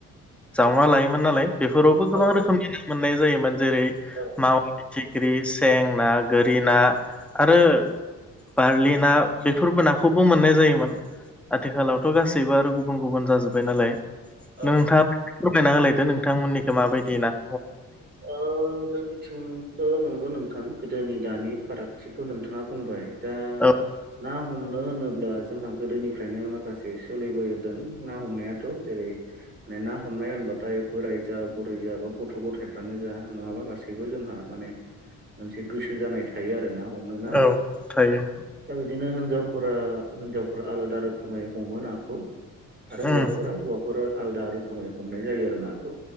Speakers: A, in the centre; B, on the right.
A: जावना लायोमोन नालाय बेफोरावबो
B: औ
A: गोबां रोखोमनि मोननाय जायोमोन जेरै
B: औ नंगौ
A: माव फिथिख्रि सें ना गोरि ना आरो बारलि ना बेफोरबो नाखौबो मोननाय जायोमोन आथिखालावथ' गासैबो आरो गुबुन गुबुन जाजोब्बाय नालाय
B: औ
A: नोंथां
B: नंगौ नों
A: फोरमायना होलायदो नोंथांमोननिखौो माबायदि ना
B: अ जों ंथ' नंगौ नोंथां गोदोनि दानि फारागथिखौ नोंथाङा बुंबाय दा
A: औ
B: ना हमनो होनोब्ला जोंहा गोदोनिफ्रायनो माखासे सोलिबोदों ना हमनायाथ' जेरै माने ना हमनाय होनबाथाय बोराय जा बुरै जा बा गथ' गथाय ानो जा नङाबा गासैबो जोंहा माने मोनसे गोसो जानायायो थायो आरो ना हमनो ना
A: औ थायो
B: दा बिदिनो हिनजावफोरा हिनजावफोरा आलादा रोखोमै हमो नाखौ आरो हौवाफोरा
A: उम
B: हौवाफोरा आलादा रोखोमै हमनाय जायो आरो नाखौ